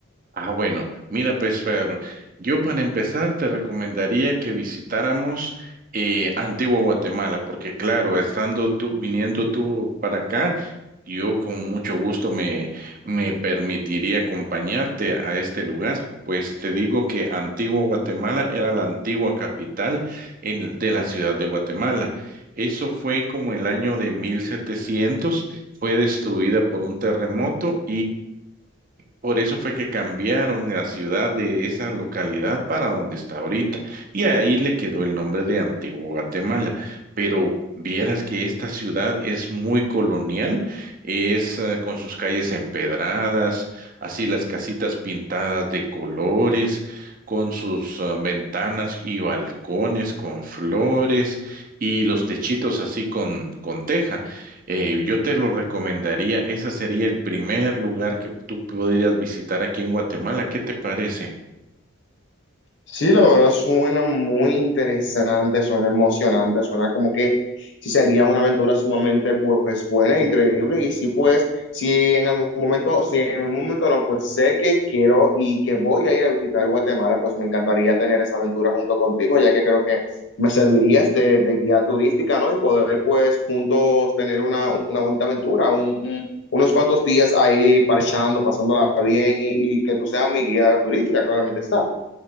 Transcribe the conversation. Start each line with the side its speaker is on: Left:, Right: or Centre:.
Right: Ah, bueno, mira pues Pedro, yo para empezar te recomendaría que visitáramos eh, Antigua Guatemala, porque claro, estando tú, viniendo tú para acá, yo con mucho gusto me, me permitiría acompañarte a este lugar. Pues te digo que Antigua Guatemala era la antigua capital en- de la ciudad de Guatemala. Eso fue como el año de 1700, fue destruida por un terremoto por eso fue que cambiaron la ciudad de esa localidad para donde está ahorita. Y ahí le quedó el nombre de Antigua Guatemala. Pero vieras que esta ciudad es muy colonial, es eh, con sus calles empedradas, así las casitas pintadas de colores, con sus ah, ventanas y balcones con flores y los techitos así con, con teja. Eh, yo te lo recomendaría, ese sería el primer lugar que tú podrías visitar aquí en Guatemala. ¿Qué te parece?
Left: Sí, la verdad suena muy interesante, suena emocionante, suena como que sí sería una aventura sumamente pues buena, increíble y sí pues si en algún momento, si en algún momento no, pues sé que quiero y que voy a ir a visitar Guatemala, pues me encantaría tener esa aventura junto contigo, ya que creo que me servirías de, de guía turística, ¿no? Y poder pues juntos tener una, una bonita aventura, un- un- unos cuantos días ahí parchando, pasándola bien y, y que tú seas mi guía turística, claramente está.